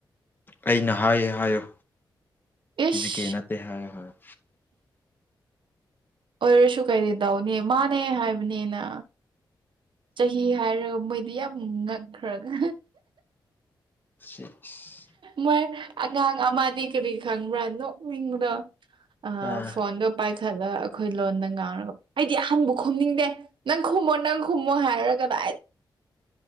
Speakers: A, on the left; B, on the right.
A: ꯑꯩꯅ ꯍꯥꯏꯌꯦ ꯍꯥꯏꯌꯣ
B: ꯏꯁ
A: ꯏꯕꯤ ꯀꯦ ꯅ ꯇꯦ ꯍꯥꯏꯌꯦ ꯍꯥꯏꯌꫭ
B: ꯑꯣꯏꯔꯁꯨ ꯀꯩꯔꯤ ꯇꯧꯅꯤ ꯃꯥꯅꯦ ꯍꯥꯏꯕꯅꯤꯅ ꯆꯍꯤ ꯍꯥꯏꯔꯒ ꯃꯣꯏꯗꯤ ꯌꯥꯝ ꯉꯛꯈ꯭ꯔꯒ
A: ꯁꯤ ꯏꯁ
B: ꯃꯣꯏ ꯑꯉꯥꯡ ꯑꯃꯗꯤ ꯀꯔꯤ ꯈꯪꯕ꯭ꯔꯥ ꯅꯣꯛꯅꯤꯡꯕꯗꫭ ꯑ
A: ꯑꯥ
B: ꯐꯣꯟꯗꯣ ꯄꯥꯏꯈꯠꯂ ꯑꯩꯈꯣꯏ ꯂꯣꯟꯗ ꯉꯥꯡꯔꯒ ꯑꯩꯗꯤ ꯑꯍꯟꯕ ꯈꯨꯝꯅꯤꯡꯗꯦ ꯅꯪ ꯈꯨꯝꯃꯣ ꯅꯪ ꯈꯨꯝꯃꯣ ꯍꯥꯏꯔꯒ <unintelligible>